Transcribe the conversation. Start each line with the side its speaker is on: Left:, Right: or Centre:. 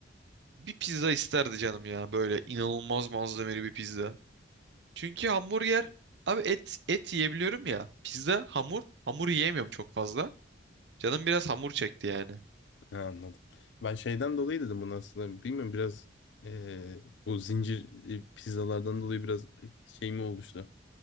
Right: Bir pizza isterdi canım ya böyle inanılmaz malzemeli bir pizza. Çünkü hamburger abi et et yiyebiliyorum ya. Pizza hamur hamur yiyemiyorum çok fazla. Canım biraz hamur çekti yani.
Left: Ha, anladım. Ben şeyden dolayı dedim bunu aslında. Bilmiyorum biraz ee, o zincir e, pizzalardan dolayı biraz e, şey mi oluştu?